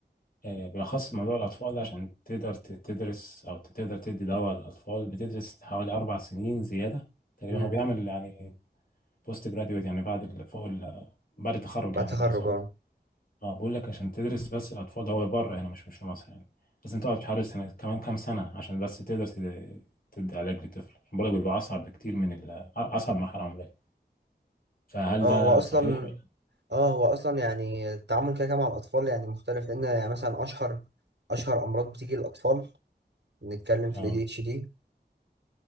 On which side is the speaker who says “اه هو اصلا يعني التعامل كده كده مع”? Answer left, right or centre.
Right